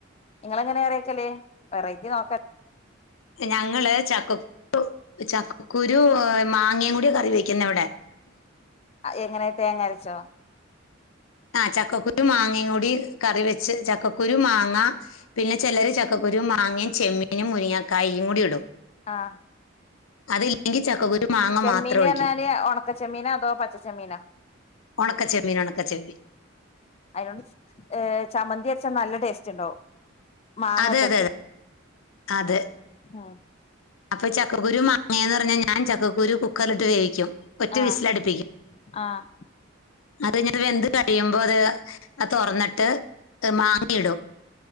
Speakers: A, on the left (about 30°); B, on the left (about 80°).
A: ഇങ്ങള് എങ്ങനെയാ കറിവെക്കല് വെറൈറ്റി നോക്കാ
B: ഞങ്ങള് ചക്കക്കുരു ചക്കക്കുരു മാങ്ങയും കൂടിയാ കറി വെക്കുന്നേ ഇവിടെ
A: ആഹ് എങ്ങനെ തേങ്ങ അരച്ചോ?
B: ആഹ് ചക്കക്കുരു മാങ്ങയും കൂടി കറി വെച്ച് ചക്കക്കുരു മാങ്ങ പിന്നെ ചെലര് ചക്കക്കുരും മാങ്ങയും ചെമ്മീനും മുരിങ്ങക്കായും കൂടി ഇടും
A: ആഹ്
B: അതിൽ എങ്കി ചക്കക്കുരു മാങ്ങ
A: ചെമ്മീന്
B: മാത്രം ഒഴിക്കും
A: പറഞ്ഞാല് ഒണക്കച്ചെമ്മീനോ അതോ പച്ചച്ചെമ്മീനോ?
B: ഒണക്കച്ചെമ്മീൻ ഒണക്കച്ചെമ്മീൻ
A: അയിനോണ്ട് ഏഹ് ചമ്മന്തി വെച്ചാ നല്ല ടേസ്റ്റ് ഇണ്ടാവും മാങ്ങക്കെ
B: അതെ അതെ
A: ഇട്ട്
B: അതെ അതെ
A: ആഹ്
B: അപ്പൊ ഇന ചക്കക്കുരു മാങ്ങേന്ന് പറഞ്ഞാ ഞാൻ ചക്കക്കുരു കുക്കറില് ഇട്ട് വേവിക്കും ഒറ്റ
A: ആഹ്
B: വിസിലടിപ്പിക്കും
A: ആഹ്
B: അത് ഞാൻ വെന്ത് കഴിയുമ്പോ അത് ആഹ് തൊറന്നിട്ട് മാങ്ങയിടും